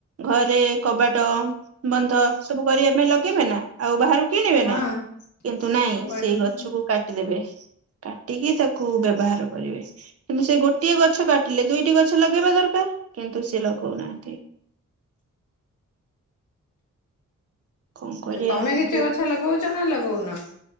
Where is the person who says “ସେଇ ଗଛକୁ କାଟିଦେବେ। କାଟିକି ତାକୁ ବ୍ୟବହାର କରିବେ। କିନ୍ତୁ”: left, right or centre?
Right